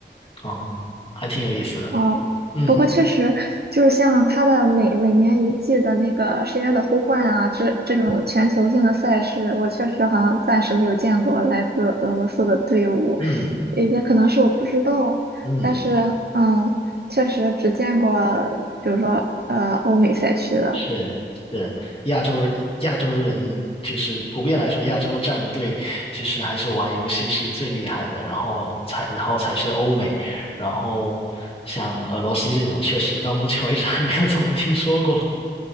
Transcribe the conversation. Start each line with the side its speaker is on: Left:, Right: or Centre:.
Left: 啊、还挺有意思的，
Right: 哦，
Left: 嗯
Right: 不过确实就是像它的每每年一季的那个《深渊的呼唤》啊，这这种全球性的赛事，我确实好像暂时没有见过来自俄罗斯的队伍，
Left: 嗯
Right: 也也可能是我不知道，
Left: 嗯。
Right: 但是嗯，确实只见过，比如说呃欧美赛区的，
Left: 是是，亚洲人亚洲人就是普遍来说，亚洲战队其实还是玩游戏是最厉害的，然后才然后才是欧美，然后像俄罗斯这种，确实到目前为止还没有怎么听说过。